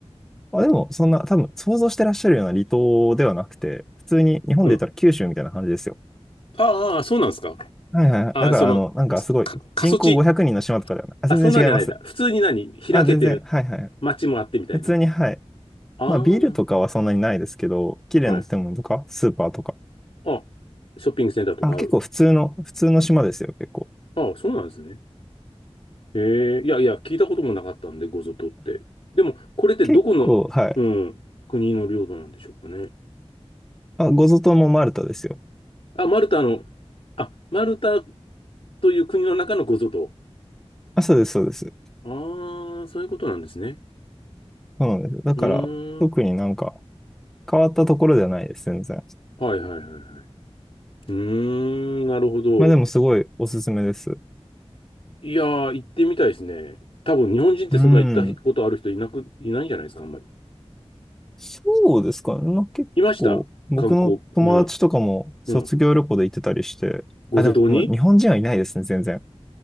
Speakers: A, in the centre; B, on the left.
A: あ、でも、そんな、多分、想像してらっしゃるような離島ではなくて、普通に日本で言ったら九州みたいな感じですよ。
B: うん。ああ、ああそうなんですか。
A: はいはいはい。
B: ああ、
A: だから、
B: その、
A: あの、なんかすごい、
B: すか、過疎地。
A: 人口500人の島とかではない。あ、
B: あ、
A: 全然違います。
B: そんなんじゃないんだ。普通に何開けてる
A: あ、全然、はいはい。
B: 街もあってみたいな。
A: 普通に、はい。
B: あ
A: まあ、ビールとかはそんなにないですけど、綺麗な建物とか、
B: あ、はい。
A: スーパーとか。
B: あ、ショッピングセンターとかある。
A: あ、結構普通の、普通の島ですよ、結構。
B: ああ、そうなんですね。へえ、いやいや、聞いたこともなかったんで、ごぞとって。でも、これってどこの、
A: 結構、はい。
B: うん、国の領土なんでしょうかね。
A: あ、ゴゾ島もマルタですよ。
B: あ、マルタの、あ、マルタという国の中のごぞと。
A: あ、そうです、そうです。
B: ああ、そういうことなんですね。
A: そうなんですよ。だから、
B: うーん。
A: 特になんか変わったところではないです、全然。
B: はいはいはいはい。うーん、なるほど。
A: まあでもすごいおすすめです。
B: いやー、行ってみたいですね。多分日本人ってそんな行ったことある人いなく、
A: うん。
B: いないんじゃないですか、あんまり。
A: そうですかね。まあ結構、
B: いました観光、
A: 僕の友達とかも卒業旅行で行ってたりして、
B: 日本。うん。ごゾ島に
A: あ、でも日本人はいないですね、全然。